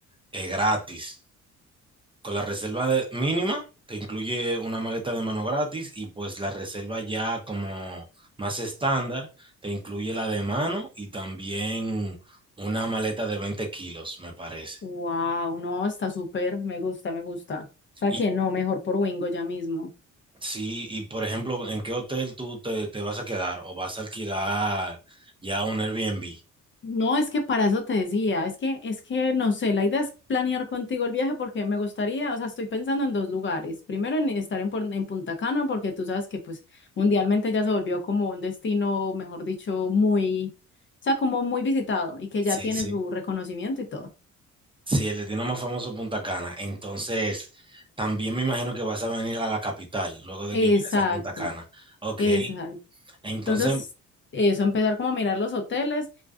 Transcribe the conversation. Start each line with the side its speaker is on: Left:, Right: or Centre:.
Right: eh, gratis. Con la reserva de- mínima, te incluye una maleta de mano gratis y pues la reserva ya como más estándar, te incluye la de mano y también una maleta de 20 kilos, me parece.
Left: Wow, no, está súper, me gusta, me gusta. O sea
Right: Y,
Left: que no, mejor por Wingo ya mismo.
Right: Sí, y por ejemplo, ¿en qué hotel tú te, te vas a quedar o vas a alquilar ya un Airbnb?
Left: No, es que para eso te decía, es que, es que no sé, la idea es planear contigo el viaje porque me gustaría, o sea, estoy pensando en dos lugares. Primero en estar en, Pon- en Punta Cana porque tú sabes que pues mundialmente ya se volvió como un destino, mejor dicho, muy, o sea, como muy visitado y que
Right: Sí,
Left: ya tiene
Right: sí.
Left: su reconocimiento y todo.
Right: Sí, el destino más famoso es Punta Cana. Entonces, también me imagino que vas a venir a la capital luego de
Left: Exacto.
Right: que llegues a Punta Cana. Ok.
Left: Exacto.
Right: Entonces,
Left: Entonces, eso, empezar como a mirar los hoteles